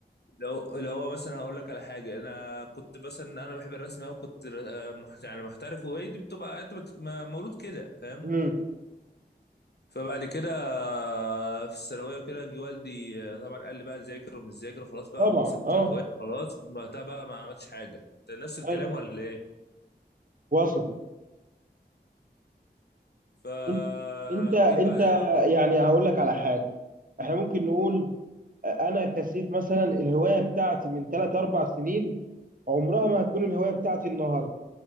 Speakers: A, on the left; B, on the right.
A: لو لو هو مثلا هقول لك على حاجه انا كنت مثلا انا بحب الرسم قوي كنت آه، محت- يعني محترف وهي دي بتبقى انت بت- م- مولود كده فاهم
B: امم
A: فبعد كده آه، في الثانويه وكده جه والدي آه، طبعا قال لي بقى ذاكر ومش ذاكر وخلاص بقى
B: طبعا
A: وسبت
B: اه
A: الهوايه خلاص من وقتها بقى ما عملتش حاجه انت نفس الكلام
B: ايوه
A: ولا ايه
B: واصل
A: فجيت
B: انت انت انت
A: بعدها بقى خلاص
B: يعني هقول لك على حاجه احنا ممكن نقول انا كسيف مثلا الهوايه بتاعتي من 3 4 سنين عمرها ما هتكون الهوايه بتاعتي النهارده